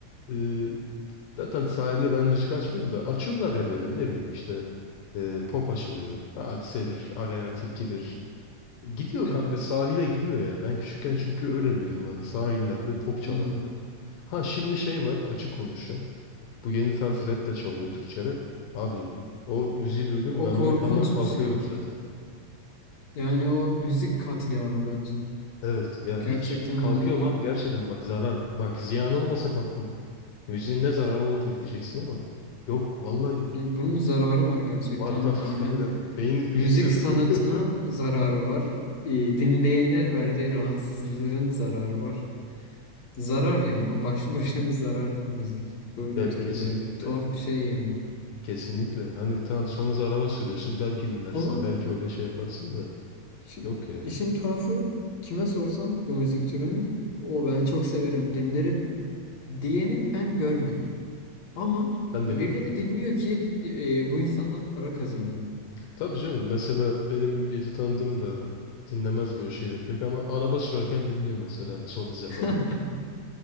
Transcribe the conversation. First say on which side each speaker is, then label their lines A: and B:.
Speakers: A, on the left; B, on the left.
A: e, zaten sahilde ben müzik açmıyorum da açıyorlar ya böyle ne bileyim işte e, pop açılıyor. Hadise'dir, Aleyna Tilki'dir. Gidiyor
B: Evet.
A: kanka sahile gidiyor ya. Ben küçükken çünkü öyle büyüdüm. Hani sahillerde pop çalardı.
B: Hmm.
A: Ha şimdi şey var açık konuşacağım. Bu yeni tarz rap de çalıyor Türkçe rap. Abi o müziği duydum
B: O
A: ben
B: korkunç
A: o mekandan kalkıyorum
B: bir şey.
A: zaten.
B: Yani o müzik katliamı bence.
A: Evet ya
B: Gerçekten
A: hiç kalkıyorum
B: hani
A: abi gerçekten bak zarar bak ziyan olmasa kalkmam. Müziğin ne zararı olabilir diyeceksin ama yok vallahi
B: e, bunun zararı var gerçekten
A: var
B: ya.
A: var <laughs>
B: Hani
A: harbiden
B: hem
A: beyin hücresi
B: müzik
A: ölüyor.
B: sanatına
A: <laughs>
B: zararı var. e, dinleyene verdiği rahatsızlığın zararı var. Zarar yani o başlı başına bir zarar müzik. Bu
A: Ya
B: türü
A: kesinlikle.
B: böyle tuhaf bir şey yani.
A: Kesinlikle. Hani tamam sonra araba sürüyorsun. Belki dinlersin.
B: Ama
A: Belki orada şey yaparsın da.
B: Şimdi
A: Yok ya.
B: işin tuhafı kime sorsam bu müzik türünü o ben çok severim dinlerim diyeni ben görmedim. Ama
A: Ben de
B: birileri
A: görmedim.
B: dinliyor ki e, bu insanlar para kazanıyor.
A: Tabii canım. Mesela benim bir tanıdığım da dinlemez böyle şeyleri pek ama araba sürerken dinliyor mesela son hız yaparken.
B: <laughs>